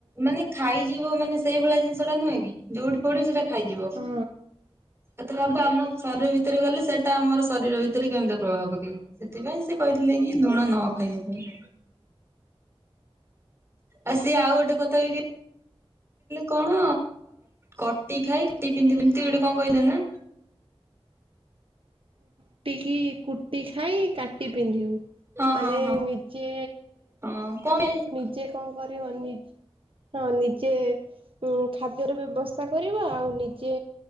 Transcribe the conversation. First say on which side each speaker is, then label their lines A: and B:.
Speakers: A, on the right; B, on the right.
A: ମାନେ ଖାଇଯିବ ମାନେ ସେଇ ଭଳିଆ ଜିନିଷ ଟା ନୁହେଁ କି, ଯୋଉଠି ପଡିବ ସେଇଟା ଖାଇଯିବ।
B: ହଁ
A: ଏତେ <unintelligible> ଭାବ ଆମ ଶରୀର ଭିତରେ ଗଲେ ସେଇଟା ଆମର ଶରୀର ଭିତରେ କେମିତି ପ୍ରଭାବ ପକେଇବ। ସେଥିପାଇଁ ସେ
B: ହୁଁ।
A: କହିଥିଲେ କି ଲୁଣ ନ ଖାଇବା ପାଇଁ। ଆଉ ସିଏ ଆଉ ଗୋଟେ କଥା ବି କଣ, କଟି ଖାଇ କାଟି ପିନ୍ଧି ଗୋଟେ କଣ କହି ଥିଲେ ନା?
B: କୁଟିକି କୁଟି ଖାଇ କାଟି ପିନ୍ଧିବୁ।
A: ହଁ
B: ମାନେ
A: ହଁ ହଁ।
B: ନିଜେ
A: ହଁ କଣ ପାଇଁ
B: ନିଜେ କଣ କରିବ ନି ହଁ ନିଜେ ଉଁ ଖାଦ୍ୟର ବ୍ୟବସ୍ଥା କରିବା ଆଉ ନିଜେ